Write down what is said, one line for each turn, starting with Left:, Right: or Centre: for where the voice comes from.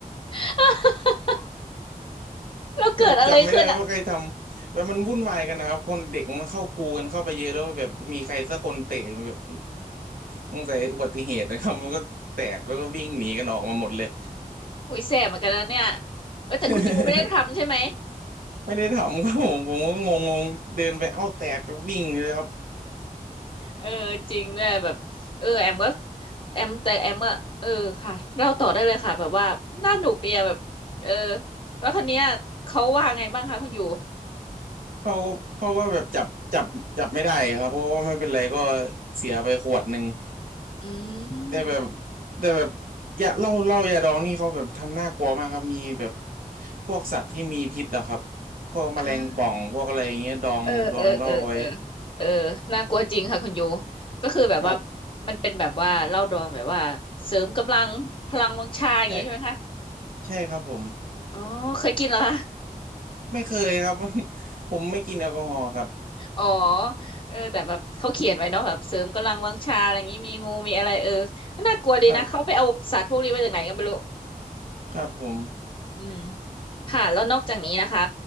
Left: <laughs> แล้วเกิดอะไรขึ้นอ่ะ
Right: คือแบบจำไม่ได้ว่าใครทำแบบมันวุ่นวายกันนะครับคนเด็กมันเข้ากูกันเข้าไปเยอะแล้วแบบมีใครสักคนเตะแบบสงสัยอุบัติเหตุนะครับมันก็แตกแล้วก็วิ่งหนีกันออกมาหมดเลย
Left: อุ้ยแสบเหมือนกันนะเนี่ยเออแต่คุณยูไม่ได้ทำใช่ไหม
Right: <laughs> ไม่ได้ทำครับผมผมก็งงๆเดินไปเอ้าแตกก็วิ่งเลยครับ
Left: เออจริงด้วยแบบเออแอมก็แอมแต่แอมอะเออค่ะเล่าต่อได้เลยค่ะแบบว่าน่าหนุกดีอะแบบเออแล้วคันเนี้ยเขาว่าไงบ้างคะคุณยู
Right: เขาเขาก็แบบจับจับจับไม่ได้ครับเพราะว่าไม่เป็นไรก็เสียไปขวดหนึ่ง
Left: อืม
Right: แต่แบบแต่แบบยาเหล้าเหล้ายาดองนี่เขาแบบทำน่ากลัวมากครับมีแบบพวกสัตว์ที่มีพิษอะครับพวกแมลงป่องพวกอะไรอย่างเงี้ยดองดองเหล้าไว้
Left: อ่าเออเออเออเออเออน่ากลัวจริงค่ะคุณยูก็คือแบบว่า
Right: ครับ
Left: มันเป็นแบบว่าเหล้าดองแบบว่าเสริมกำลังพลังวังชาอย่างงี้ใช่ไหมคะ
Right: ใช่ใช่ครับผม
Left: อ๋อเคยกินเหรอคะ
Right: ไม่เคยครับ <laughs> ผมไม่กินแอลกอฮอล์ครับ
Left: อ๋อเออแต่แบบเขาเขียนไว้เนาะแบบเสริมกำลังวังชาอะไรอย่างนี้มีงูมีอะไรเออก็น่ากลัวดีนะเขาไปเอาสัตว์พวกนี้มาจากไหนก็ไม่รู้
Right: ครับครับผม
Left: อืมค่ะแล้วนอกจากนี้นะคะ